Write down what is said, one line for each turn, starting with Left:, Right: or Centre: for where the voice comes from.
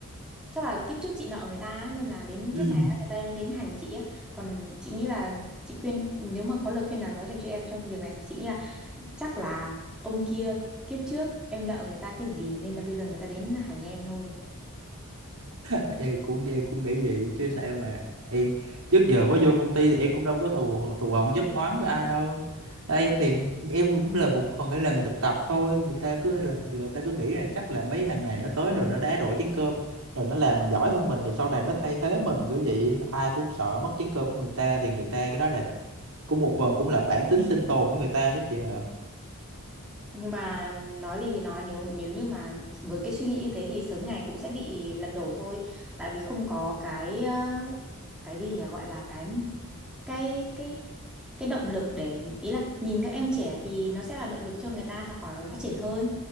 Centre: chắc là kiếp trước chị nợ người ta á, nên là đến
Right: ừ.
Centre: kiếp
Right: <laughs>
Centre: này á, người ta đến hành chị á còn chị nghĩ là chị khuyên nếu mà có lời khuyên nào đó dành cho em trong việc này thì chị nghĩ là chắc là ông kia kiếp trước em nợ người ta cái gì nên là bây giờ người ta đến hành em thôi
Right: em cũng em cũng nghĩ vậy chứ sao mà em trước giờ mới vô công ty thì em cũng đâu có thù thù hận giấc oán với ai đâu Ờ, em thì em cũng là một phần để làm thực tập thôi người ta cứ là- người ta cứ nghĩ là chắc là mấy thằng này nó tới rồi nó đá đổ chén cơm rồi nó làm giỏi hơn mình thì sau này nó thay thế mình kiểu vậy ai cũng sợ mất chén cơm của người ta thì người ta cái đó là cũng một phần cũng là bản tính sinh tồn của người ta đó chị ạ
Centre: nhưng mà nói gì thì nói nếu nếu như mà với cái suy nghĩ như thế thì sớm ngày cũng sẽ bị lật đổ thôi tại vì không có cái ờ, cái gì nhỉ gọi là cái cái cái cái động lực để ý là nhìn các em trẻ thì nó sẽ là động lực cho người ta học hỏi và phát triển hơn